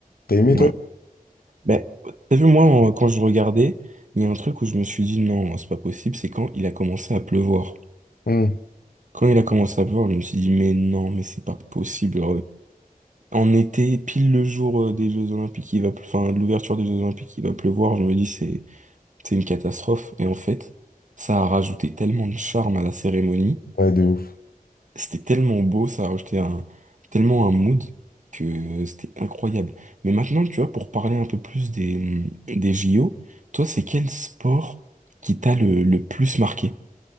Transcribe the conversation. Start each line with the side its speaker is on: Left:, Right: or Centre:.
Left: T'as aimé,
Right: ouais.
Left: toi?
Right: Ben, t'as vu, moi, en- quand je regardais, il y a un truc où je me suis dit, non, c'est pas possible, c'est quand il a commencé à pleuvoir.
Left: Hmm.
Right: Quand il a commencé à pleuvoir, je me suis dit, mais non, mais c'est pas possible. On était pile le jour euh, des Jeux Olympiques, il va, pleu- enfin, de l'ouverture des Jeux Olympiques, il va pleuvoir. Je me dis, c'est, c'est une catastrophe. Et en fait, ça a rajouté tellement de charme à la cérémonie.
Left: Ouais, de ouf.
Right: C'était tellement beau, ça a rajouté un, tellement un mood que c'était incroyable. Mais maintenant, tu vois, pour parler un peu plus des, mm, des JO, toi, c'est quel sport qui t'a le, le plus marqué?